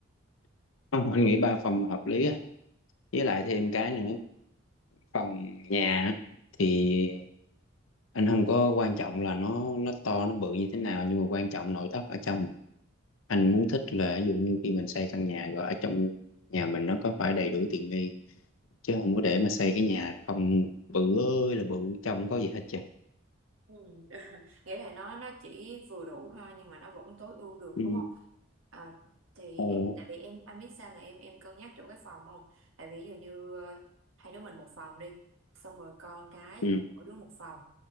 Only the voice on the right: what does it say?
Ừ. <laughs> Nghĩa là nó nó chỉ vừa đủ thôi nhưng mà nó vẫn tối ưu được
đúng không? À, thì
em tại vì em anh biết sao mà em em cân nhắc chỗ cái phòng không? Tại vì ví dụ như ờ, hai đứa mình một phòng đi, xong rồi con cái
là mỗi đứa một phòng.